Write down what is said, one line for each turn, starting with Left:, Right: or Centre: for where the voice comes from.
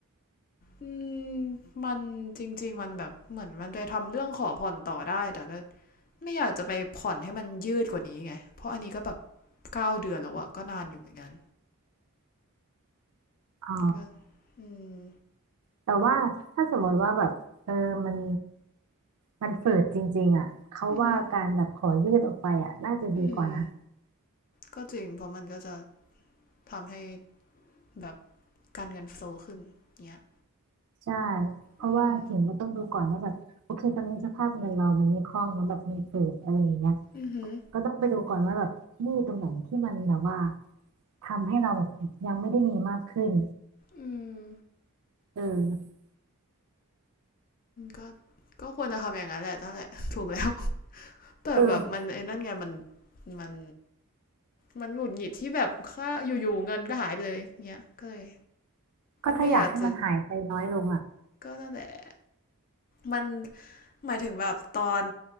Left: อืมมันจริงๆมันแบบเหมือนมันไปทำเรื่องขอผ่อนต่อได้แต่ก็ไม่อยากจะไปผ่อนให้มันยืดกว่านี้ไงเพราะอันนี้ก็แบบเก้าเดือนแล้วอะก็นานอยู่เหมือนกัน
Right: อ๋อ
Left: ก็อืม
Right: แต่ว่าถ้าสมมติว่าแบบเออมันมันฝืดจริงๆอ่ะเขาว่าการแบบขอยืดออกไปอ่ะน่าจะดีกว่านะ
Left: อืมอืมก็จริงเพราะมันก็จะ ทำให้แบบการเงินโฟลว์ขึ้นเงี้ย
Right: ใช่ เพราะว่าถึงก็ต้องดูก่อนว่าแบบโอเคตอนนี้สภาพเงินเรามันไม่คล่องมันแบบมันฝืดอะไรอย่างเงี้ย
Left: อืมอือหือ
Right: ก็ต้องไปดูก่อนว่าแบบหนี้ตรงไหนที่มันแบบว่าทำให้เราแบบยังไม่ได้มีมากขึ้น
Left: อืม
Right: เออ
Left: ก็ก็ควรจะทำอย่างนั้นแหละนั่นแหละ <laughs> ถูกแล้ว แต่แบบมันไอ้นั่นไงมัน
Right: เออ
Left: มันมันหงุดหงิดที่แบบค่าอยู่ๆเงินก็หายไปเลยเงี้ยก็เลย
Right: ก็ถ้าอยากให้มันหายไปน้อยลงอ่ะ
Left: ไม่อยากจะก็นั่นแหละมันหมายถึงแบบตอน